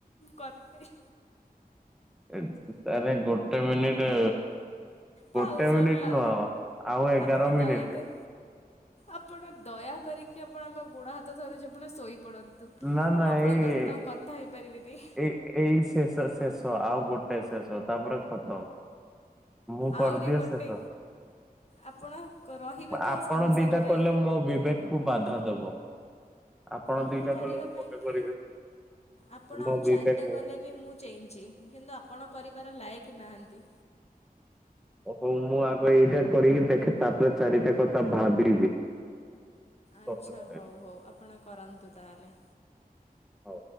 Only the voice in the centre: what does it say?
ଏତ ତାପାଇଁ ଗୋଟେ ମିନଟ
ଗୋଟେ
ମିନିଟ ନୁହ ଆଉ ଏଗାର
ମିନିଟ।
ନା ନା
ଏଇ
ଏଇ ଏଇ ଶେଷ ଶେଷ ଆଉ ଗୋଟେ ଶେଷ ତାପରେ ଖତମ। ମୁଁ କରଦିଏ
ଶେଷ।
ଆପଣ
ଦିଟା କଲେ ମୋ ବିବେକ କୁ ବାଧା ଦବ। ଆପଣ
ଦିଟା
କଲେ ମୁଁ
ଗୋଟେ କରିବି
ମୋ
ବିବେକ
ଓ ହଉ ମୁଁ ଆଗ ଏଇଟା କରିକି ଦେଖେ ତାପରେ ଚାରିଟା କଥା ଭାବିବି। ସ୍ୱପ୍ନରେ
ହଉ।